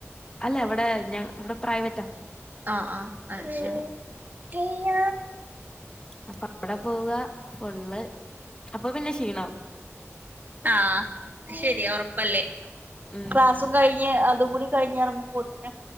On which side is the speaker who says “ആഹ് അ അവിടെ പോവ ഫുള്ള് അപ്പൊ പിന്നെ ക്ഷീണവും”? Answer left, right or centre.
Left